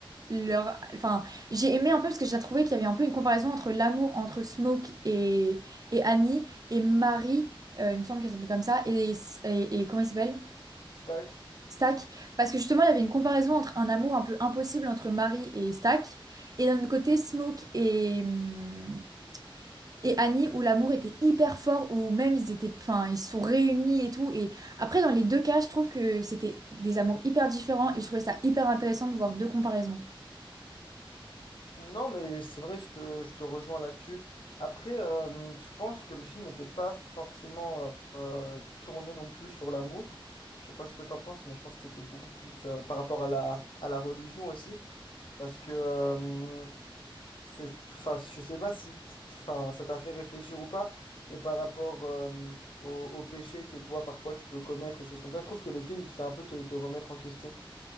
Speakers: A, on the right; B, on the left.
A: leur. Enfin, j'ai aimé un peu parce que j'ai trouvé qu'il y avait un peu une comparaison entre l'amour entre Smoke et, et Annie et Marie. Euh, il me semble qu'elle s'appelait comme ça. Et, et, et comment il s'appelle?
B: Stack.
A: Stack. Parce que justement, il y avait une comparaison entre un amour un peu impossible entre Marie et Stack, et d'un autre côté, Smoke et, hum, et Annie, où l'amour était hyper fort, où même ils étaient, enfin, ils se sont réunis et tout. Et après, dans les deux cas, je trouve que c'était des amours hyper différents, et je trouvais ça hyper intéressant de voir deux comparaisons.
B: Non, mais c'est vrai, je te, je te rejoins là-dessus. Après, euh, je pense que le film n'était pas forcément euh, euh, tourné non plus sur l'amour. Je sais pas ce que t'en penses, mais je pense que c'était beaucoup plus euh, par rapport à la, à la religion aussi. Parce que euh, c'est, enfin, je sais pas si, t- enfin, ça t'a fait réfléchir ou pas, mais par rapport euh, au, au péché que toi, parfois, tu peux commettre et choses comme ça, je trouve que le film, il te fait un peu te, te remettre en question.